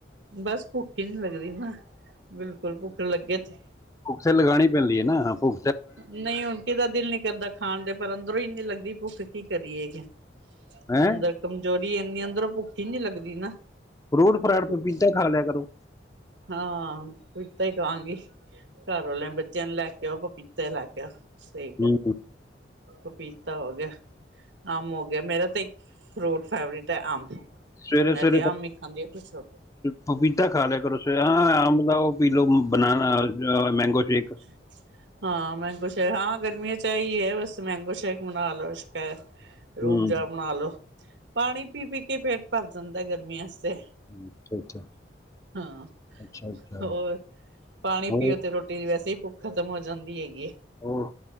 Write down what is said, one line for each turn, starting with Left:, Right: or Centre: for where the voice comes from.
Right: ਬਸ ਭੁੱਖ ਹੀ ਨੀ ਲੱਗਦੀ ਨਾ, ਬਿਲਕੁਲ ਭੁੱਖ ਲੱਗੇ ਤੇ
Left: ਭੁਖ ਤੇ ਲਗਾਉਣੀ ਪੈਂਦੀ ਐ ਨਾ, ਭੁ
Right: ਨਹੀਂ ਹੁਣ ਕਿਦਾ ਦਿਲ ਨੀ ਕਰਦਾ ਖਾਣ ਦੇ ਪਰ, ਅੰਦਰੋਂ ਹੀ ਨੀ ਲੱਗਦੀ ਭੁੱਖ ਕੀ ਕਰੀਏ ਜੀ।
Left: ਹੈਂ
Right: ਅੰਦਰ ਕਮਜ਼ੋਰੀ ਇੰਨੀ ਅੰਦਰੋਂ ਭੁੱਖੀ ਹੀ ਨੀ ਲੱਗਦੀ ਨਾ।
Left: ਫਰੂਟ ਫਰਾਟ
Right: ਭੁੱਖ
Left: ਪਪੀਤਾ ਖਾ ਲਿਆ ਕਰੋ।
Right: ਹਾਂ ਪਪੀਤਾ ਹੀ ਖਾਂਵਾਂਗੀ, ਘਰ ਵਾਲੇ ਬੱਚਿਆਂ ਨੂੰ ਲੈ ਕੇ ਆਓ ਪਪੀਤਾ ਤੇ ਲੱਗ ਗਿਆ ਸਹੀ ਕਿਹਾ
Left: ਹੂੰ।
Right: ਪਪੀਤਾ ਹੋ ਗਿਆ, ਅਮ ਹੋ ਗਿਆ, ਮੇਰਾ ਤਾਂ ਇੱਕ ਫਰੂਟ ਫੇਵਰੇਟ ਤੇ ਅਮ,
Left: ਸਵੇਰੇ
Right: ਮੈਂ
Left: ਸਵੇਰੇ
Right: ਤੇ ਅਮ ਹੀ ਖਾਂਦੀ ਆ ਖੁਸ਼ ਹੋ ਕੇ।
Left: ਪਪੀਤਾ ਖਾ ਲਿਆ ਕਰੋਂ, ਆ ਹਾਂ ਅੰਬ ਉਹ ਲਾਓ ਪੀ ਲੋਓ, ਬਨਣਾ ਆ ਮੈਂਗੋ ਸ਼ੇਕ।
Right: ਜ <inaudible> ਹਾਂ, ਮੈਂਗੋ ਸ਼ੇਕ ਹਾਂ ਗਰਮੀਆਂ ਚ ਆ ਹੀ ਐ, ਬਸ ਮੈਂਗੋ ਬਣਾ ਲਓ ਸ਼ਕੇ ਰੂਅਫਜਾ
Left: ਹੂੰ
Right: ਬਣਾ ਲੋ, ਪਾਣੀ ਪੀ ਪੀ ਕੇ ਪੇਟ ਭਰ ਜਾਂਦਾ ਗਰਮੀਆਂ ਚ ਤੇ।
Left: ਹੂੰ, ਅੱਛਾ-ਅੱਛਾ,
Right: ਹਾਂ,
Left: ਅੱਛਾ-ਅੱਛਾ,
Right: ਹੋਰ? ਪਾਣੀ
Left: ਹੋਰ
Right: ਪੀਓ ਤੇ ਰੋਟੀ ਦੀ ਵੈਸੇ ਹੀ ਭੁੱਖ ਖ਼ਤਮ ਹੋ ਜਾਂਦੀ ਹੈਗੀ ਐ।
Left: ਹੋਰ